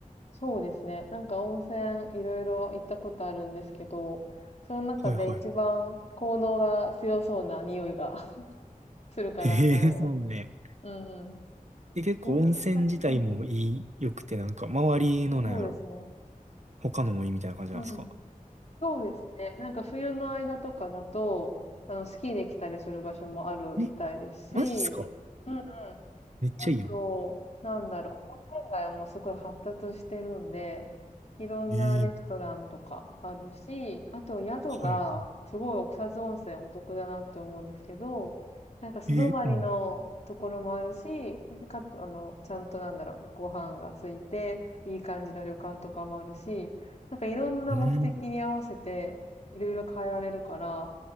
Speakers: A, on the left; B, on the right.
A: そうですね。なんか温泉いろいろ行ったことあるんですけど、その中で一番効能が強そうな匂いが
B: はいはい。
A: <laughs> するかなって思います。
B: ええそうね。
A: うんうん。
B: で、結構温泉自体もいい、
A: 大阪うんうん。
B: 良くて、なんか、周りのなんやろ。
A: そうですね。
B: 他のもいいみたいな感じなんですか
A: うんうん。そうですね。なんか冬の間とかだと、あの、スキーできたりする場所もあるみたいですし、
B: え、マジっすか
A: うんうん。
B: めっちゃいいやん。
A: あと、なんだろう、温泉街はもうすごい発達してるんで、いろんなレストランとかあるし、
B: ええ
A: あと宿が、
B: はいは
A: すごい奥津温泉お得だなって思うんですけど、なんか素泊まりのところもあるし、
B: い。ええうん。
A: かと、あの、ちゃんとなんだろう、ご飯がついて、いい感じの旅館とかもあるし、なんかいろんな目的に合わせて、
B: うん。
A: いろいろ変えられるから、